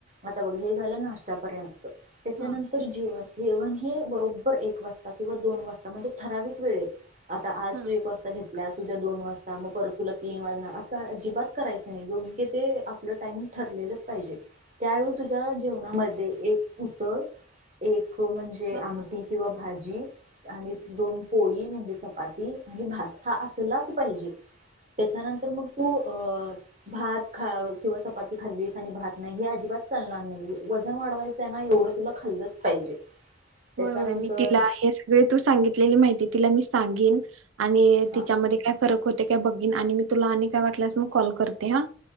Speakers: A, on the right; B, on the right.
A: आता बघ हे झालं नाशतापर्यंत त्याच्यानंतर
B: हा
A: जेवण जेवण हे बरोब बर एक वाजता किंवा दोन वाजता म्हणजे ठराविक वेळेत. आता आज
B: हा
A: तू एक वाजता घेतला उद्या दोन वाजता मग परत तुला तीन वाजणार असं अजिबात करायचं नाही योग्य ते आपलं टाइम ठरलेलंच पाहिजे त्यावेळी तुझ्या जेवणामध्ये एक उसळ एक हो म्हणजे
B: हा
A: आमटी किंवा भाजी आणि दोन पोळी म्हणजे चपाती आणि भात हा असलाच पाहिजे त्याच्यानंतर मग तू अ भात खा किंवा चपाती खाल्लीस आणि भात नाही हे अजिबात चालणार नाही वजन वाढवायचं आहे ना एवढं तुला खाल्लच पाहिजे. त्याच्यानंतर
B: होय होय मी तिला हे सगळे तू सांगितलेली माहिती तिला मी सांगेन आणि
A: हा
B: तिच्यामध्ये काय फरक होत ते काय बघिन आणि मी तुला आणि काय वाटल्यास मग कॉल करते हा